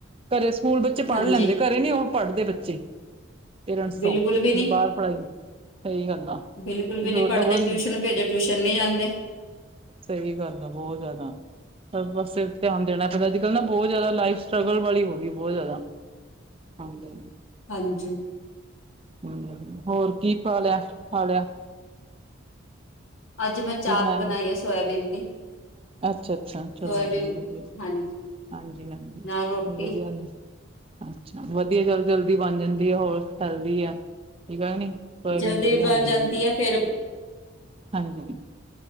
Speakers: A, on the right; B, on the left.
A: ਘਰੇ ਸਕੂਲ ਬੱਚੇ ਪੜ੍ਹ
B: ਹਾਂਜੀ
A: ਲੈਂਦੇ ਘਰੇ ਨੀ ਉਹ ਪੜ੍ਹਦੇ ਬੱਚੇ। ਪੇਰੈਂਟਸ
B: ਬਿਲਕੁਲ
A: ਤੋਂ
B: ਵੀ ਨੀ,
A: ਬਾਹਰ ਪੜ੍ਹਾਈ ਸਹੀ ਗੱਲ ਆ
B: ਬਿਲਕੁਲ ਵੀ ਨੀ ਪੜ੍ਹਦੇ
A: ਡਬਲ
B: ਟਿਊਸ਼ਨ ਭੇਜਾਂ। ਟਿਊਸ਼ਨ ਨਹੀਂ ਜਾਂਦੇ।
A: ਸਹੀ ਗੱਲ ਆ ਬਹੁਤ ਜਿਆਦਾ, ਹਰ ਪਾਸੇ ਧਿਆਨ ਦੇਣਾ। ਪਰ ਅੱਜ ਕੱਲ੍ਹ ਨਾ ਬਹੁਤ ਜਿਆਦਾ ਲਾਈਫ ਸਟਰਗਲ ਵਾਲੀ ਹੋ ਗਈ ਬਹੁਤ ਜਿਆਦਾ ਹਾਂਜੀ।
B: ਹਾਂਜੀ।
A: ਹੂੰ ਹੋਰ ਕੀ ਪਾ ਲਿਆ, ਖਾ ਲਿਆ।
B: ਅੱਜ ਮੈਂ
A: ਕੀ
B: ਚਾਪ
A: ਬਣਾਇਆ
B: ਬਣਾਈ ਆ ਸੋਇਆਬੀਨ ਦੀ।
A: ਅੱਛਾ ਅੱਛਾ ਚਲੋ
B: ਸੋਇਆਬੀਨ
A: ਵਧੀਆ ਵਧੀਆ
B: ਹਾਂਜੀ
A: ਹਾਂਜੀ ਹਾਂਜੀ
B: ਨਾਲ ਰੋਟੀ
A: ਵਧੀਆ। ਅੱਛਾ ਵਧੀਆ ਚਲ ਜਲਦੀ ਬਣ ਜਾਂਦੀ ਆ। ਹੋਰ ਹੈਲਦੀ ਆ। ਠੀਕ ਹੈ ਕਿ ਨਹੀਂ ਸੋਇਆਬੀਨ
B: ਜਲਦੀ
A: ਵਧੀਆ
B: ਬਣ
A: ਹੁੰਦੀ
B: ਜਾਂਦੀ
A: ਹੈ
B: ਫੇਰ
A: ਹਾਂਜੀ।